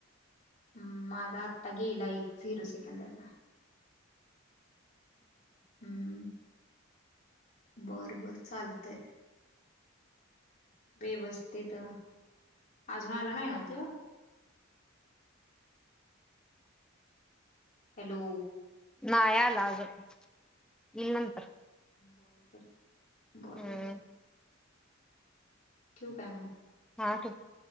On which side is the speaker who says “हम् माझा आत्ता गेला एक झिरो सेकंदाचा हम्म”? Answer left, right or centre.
Left